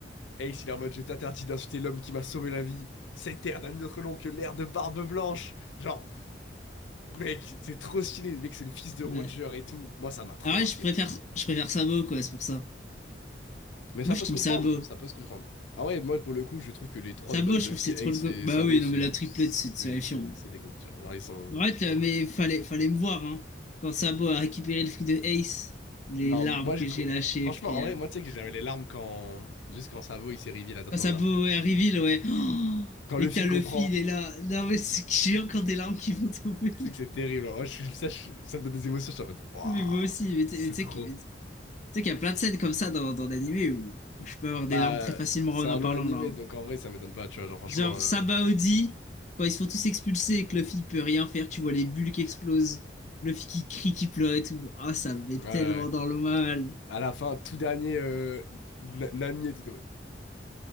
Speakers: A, on the left; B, on the left.
A: Ace, il est en mode, je t'interdis d'insulter l'homme qui m'a sauvé la vie. Cette ère n'a autre nom que l'ère de Barbe Blanche. Genre, mec, c'est trop stylé. Mec, c'est le fils de Roger
B: Ouais.
A: et tout. Moi, ça m'a trop
B: Ah
A: marqué,
B: ouais, je préfère,
A: ça.
B: je préfère Sabo, quoi, c'est pour ça.
A: Mais ça
B: Moi, je
A: peut se
B: team
A: comprendre,
B: Sabo.
A: bon, ça peut se comprendre. Ah ouais, moi, pour le coup, je trouve que les trois
B: Sabo,
A: de base,
B: je
A: Luffy,
B: trouve que c'est
A: Ace
B: trop le go.
A: et
B: Bah
A: Sabo,
B: oui, non,
A: c'est.
B: mais la triplette, c'est terrifiant.
A: C'est c'est- c'est des goats, tu vois. Genre, ils sont.
B: En fait,
A: C'est trop
B: là,
A: cool.
B: mais fallait, fallait me voir, hein. Quand Sabo a récupéré le fruit de Ace, les
A: Non,
B: larmes
A: moi
B: que
A: j'ai trouvé.
B: j'ai lâchées,
A: Franchement,
B: frère.
A: en vrai, moi tu sais que j'avais les larmes quand. Juste quand Sabo il s'est reveal à Dressrosa.
B: Quand Sabo est à Reveal, ouais. <gasps> Oh
A: Quand
B: et
A: Luffy
B: que t'as Luffy,
A: comprend,
B: il est là. Non, mais c'est que j'ai encore des larmes qui vont tomber <laughs>
A: c'est
B: là.
A: que c'est terrible. Moi, je suis- ça, je- ça me donne des émotions, je suis en mode. Waouh,
B: Mais moi aussi, mais tu
A: c'est
B: mais tu sais
A: trop.
B: que. Tu sais qu'il y a plein de scènes comme ça dans, dans l'animé où je peux avoir des
A: Bah,
B: larmes très facilement
A: c'est
B: en
A: un
B: en
A: long
B: parlant
A: animé,
B: là. hein.
A: donc en vrai, ça m'étonne pas, tu vois. Genre, franchement.
B: Genre
A: euh,
B: Sabaody, quand ils se font tous expulser et que Luffy peut rien faire, tu vois les bulles qui explosent, Luffy qui crie, qui pleure et tout. Ah, ça me met
A: Ouais,
B: tellement
A: ouais.
B: dans le mal.
A: À la fin, tout dernier, euh, Na- Nami et tout. t'es en mode,